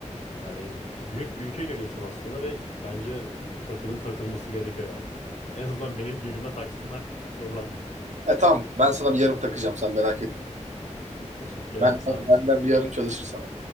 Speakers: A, on the left; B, on the right.
A: Yani büyük bir ülke giriyorsun aslında ve bence bu takının takılması gerekiyor yani. En azından benim düğünümde taksınlar ki çok zorlanmayalım.
B: E tamam ben sana bir yarım takacağım sen merak etme.
A: <laughs> Teşekkür ederim
B: Ben,
A: sağ
B: ben-
A: olun.
B: benden bir yarım çalışır sana.